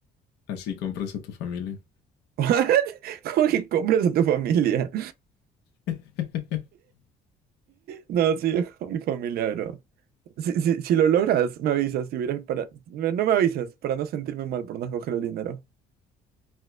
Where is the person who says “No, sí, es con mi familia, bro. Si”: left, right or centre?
Right